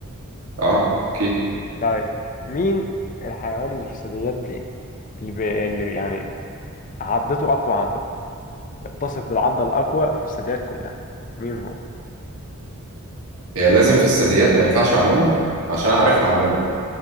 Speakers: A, on the right; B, on the left.
A: اه اكيد
B: طيب مين الحيوان اللي في الثدييات دي اللي, بي... اللي يعني عضته اقوى عضه يتصف بالعضه الاقوى في الثدييات كلها مين هو
A: هي لازم في الثدييات ما ينفعش عموما عشان اعرفها عموما